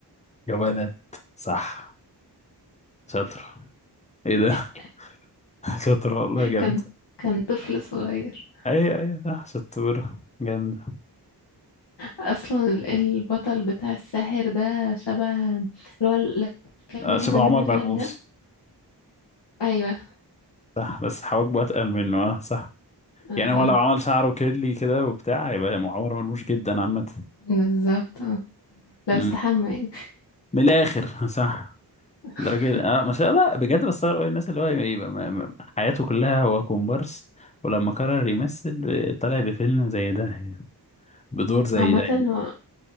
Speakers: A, on the left (about 15°); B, on the left (about 75°).
A: جوانات صح شاطر ايه ده
B: <laughs>
A: <laughs> شاطر والله جامد
B: كان كان طفل صغير
A: اي اي صح شطورة جامد
B: اصلا ال- البطل بتاع الساحر ده شبه اللي هو اللي كان
A: آه،
B: بيحب
A: شبه
B: منة
A: عمر
B: شلبي
A: مرموش
B: ده ايوه
A: صح بس حواجبه اتقل منه اه صح
B: آه.
A: يعني هو لو عمل شعره كيرلي كده وبتاع يبقى عمر مرموش جدا عامة
B: بالظبط آه. لو
A: مم.
B: استحمى يعني
A: من الاخر صح
B: <laughs>
A: درجة اه ما شاء الله بجد بستغرب أوي الناس اللي هو يبقى ما- ما- حياته كلها هو كومبارس ولما قرر يمثل آه، طلع بفيلم زي ده يعني. بدور زي
B: عامة
A: ده يعني
B: هو